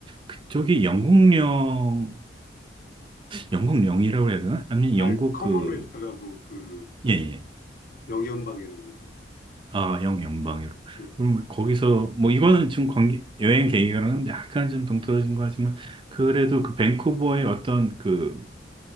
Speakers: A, on the right; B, on the left.
A: 그쪽이 영국령 영국 영이라고 해야 되나? 아니 면
B: 아,
A: 영국
B: 커먼웰스라고
A: 그
B: 그
A: 예, 예.
B: 영연방이라고 그러죠.
A: 아, 영 연방으로.
B: 예, 예.
A: 그럼 뭐 거기서 뭐 이거는 좀 관계 여행 계획이랑은 약간 좀 동떨어진 거 하지만 그래도 그 밴쿠버의 어떤 그